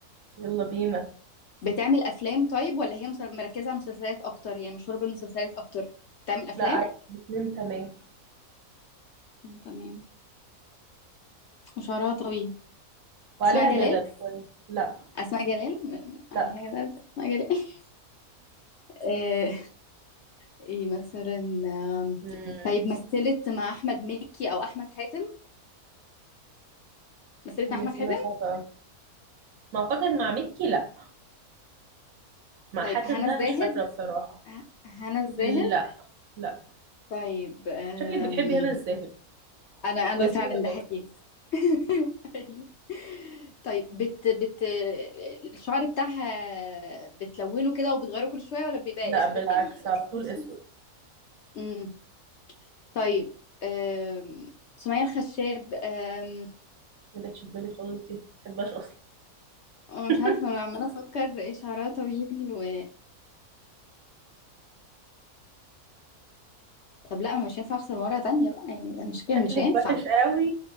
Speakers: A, on the right (about 65°); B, on the left (about 60°).
A: يلا بينا
B: بتعمل أفلام طيب ولا هي مسل- مركزة على المسلسلات أكتر يعني مشهورة بالمسلسلات أكتر بتعمل أفلام
A: لا عادي الاثنين تمام
B: مم، تمام وشعرها طويل
A: وعليها
B: أسماء جلال
A: جدل شويه لا
B: أسماء جلال م- م-
A: لا
B: عليها جلال أسماء جلال <laughs> آه، إيه مثلا آم،
A: امم
B: طيب مثلت مع أحمد مكي أو أحمد حاتم مثلت مع
A: دي
B: أحمد
A: اسئله
B: حاتم
A: صعبه قوي ما اعتقد مع ميكي لا مع
B: طيب
A: حاتم
B: هنا
A: بقى
B: الزاهد
A: مش فاكرة بصراحة
B: هنا الزاهد
A: لا لا
B: طيب آم،
A: شكلك بتحبي هنا الزاهد
B: أنا أنا
A: وياسمين
B: فعلا
A: الرزق
B: ده حقيقي <laughs> أيوة حقيقي. طيب بت بت الشعر بتاعها بتلونه كده وبتغيره كل شوية ولا بيبقى
A: لا
B: اسود
A: بالعكس
B: يعني
A: على طول
B: اسود
A: اسود
B: امم طيب أم... سمية الخشاب أم...
A: ما جاتش في بالي خالص دي ما بحبهاش اصلا
B: انا
A: <laughs>
B: مش عارفة انا عمالة افكر إيه شعرها طويل و طب لا انا مش هينفع اخسر مرة تانية بقى يعني ده مش كده
A: شكلك
B: مش هينفع
A: وحش قوي